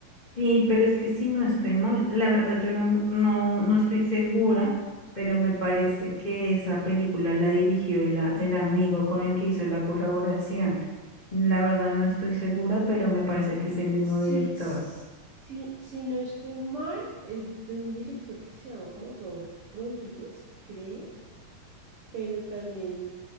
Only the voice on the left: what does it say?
Sí, pero es que si no estoy mal, la verdad yo no, no, no estoy segura, pero me parece
que esa película la dirigió el, a- el amigo con el que hizo la colaboración. La verdad no estoy segura, pero me parece que es el mismo
director.